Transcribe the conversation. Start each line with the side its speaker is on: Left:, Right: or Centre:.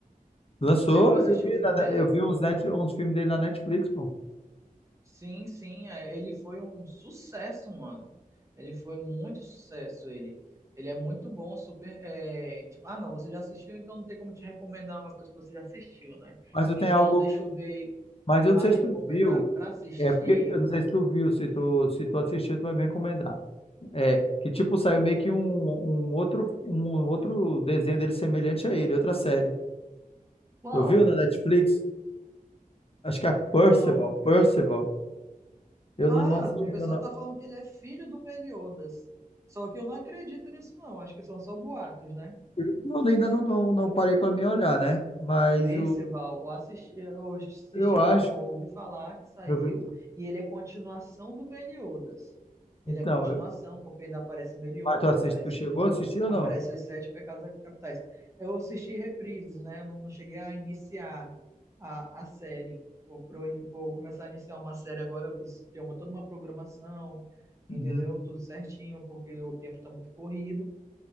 Left: Lançou,
Right: Chegou a assistir
Left: eu vi,
Right: o filme
Left: na-
Right: dele?
Left: eu vi uns, net, uns filmes dele na Netflix, pô.
Right: Sim, sim, é, ele foi um sucesso, mano. Ele foi muito sucesso, ele. Ele é muito bom, super. é, tipo, ah, não, você já assistiu, então não tem como te recomendar uma coisa que você já assistiu, né?
Left: Mas eu
Right: Então,
Left: tenho algo.
Right: deixa eu ver
Left: Mas eu não
Right: para
Left: sei
Right: recomendar
Left: se tu viu.
Right: para assistir.
Left: É porque eu não sei se tu viu, se tu, se tu assistiu, tu vai me recomendar. É que tipo saiu meio que um, um outro um outro desenho dele semelhante a ele, outra série.
Right: Qual?
Left: Tu viu na Netflix? Acho que é Percival,
Right: Não.
Left: Percival. Eu
Right: Ah,
Left: não, não assisti
Right: o pessoal
Left: ainda não.
Right: tá falando que ele é filho do Meliodas. Só que eu não acredito nisso, não. Acho que são só boatos, né?
Left: Eu ainda não, não, não parei pra me olhar, né? Mas
Right: Percival,
Left: o,
Right: eu assisti, eu assisti
Left: eu acho,
Right: não, eu ouvi falar que saiu
Left: eu vi,
Right: e ele é continuação do Meliodas.
Left: então,
Right: Ele é continuação,
Left: eu-
Right: porque ainda aparece Meliodas,
Left: mas tu assisti,
Right: aparece
Left: tu chegou
Right: o Ban,
Left: a assistir ou
Right: aparece
Left: não?
Right: os Sete Pecados Capitais. Eu assisti reprises, né? Eu não, não cheguei a iniciar a, a série. Por, por, in- por começar a iniciar uma série agora, eu preciso ter uma, toda uma programação, entendeu?
Left: Uhum,
Right: Tudo certinho, porque o tempo está muito corrido.